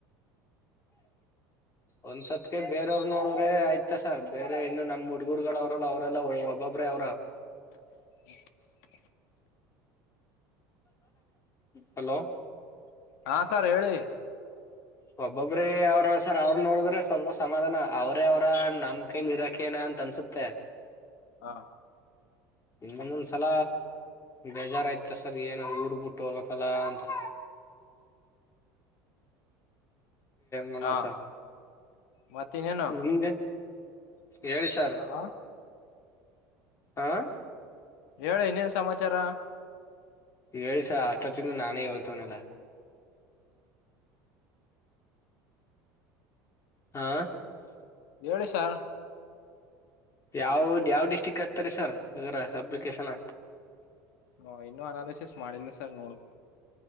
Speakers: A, on the left; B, on the left.
A: ಒಂದಸತ್ ಅ ಬೇರೆಯವ್ರರು ನೋಡ್ರೆ ಆಯ್ತಾ ಸರ್ ಬೇರೆ ಇನ್ನು ನಮ್ಮ್ ಹುಡ್ಗುರುಗಳ ಅವ್ರಲ್ಲ ಅವ್ರರೆಲ್ಲಾ ಒಬ್ಬೊಬ್ರೆ ಅವ್ರ
B: ಹ
A: ಹಾಲೋ
B: ಹಾ ಸರ್ ಹೇಳಿ
A: ಹೌ ಒಬ್ಬೊಬ್ರ ಅವ್ರ ಸರ್ ಅವ್ರ ನೋಡಿದ್ರೆ ಸ್ವಲ್ಪ ಸಮಾಧಾನ ಅವ್ರೇ ಅವರ ನಮಮ್ಮ ಕೈಲಿ ಇರಾಕ ನ ಅಂತ ಅನ್ಸ ಸುತ್ತೆ
B: ಹಾ
A: ಮಂದೊಂದ್ಸಲ ಬೇಜಾರಾಯಯ್ತ ಸರ್ ಏನ ಊರ್ ಬಿಟ್ಟು ಹೋಗ್ಬೇಕಲ್ಲ ಅಂತ <inaudible> ಮನವಸ
B: ಹಾ ಮತ್ತ ಇನ್ನೇನು
A: ನಿಗೆ ಹೇಳಿ ಸರ್
B: ಹ
A: ಆಾ
B: ಹೇಳ ಇನ್ನೇನ್ ಸಮಾಚಾರ
A: ಹೇಳಿಿಸ ಅಷ್ಟೊತ್ತಂದು ನಾನೇ ಹೇಳ್ತವನೆಲ್ಲ ಹಾ
B: ಹೇಳಿ ಸಾರ್
A: ಯಾವ ಯಾವ್ ಡಿಸ್ಟ್ರಿಕ್ ಹಕ್ತಾರೆ ಸರ್ ಅಪ್ಲಿಕೇಶನ್
B: ಹ ಇನ್ನುೂ ಅನಾಲಸಿಸ ಮಾಡಿಲ್ಲ ಸರ್ ನೋಡ್ಬು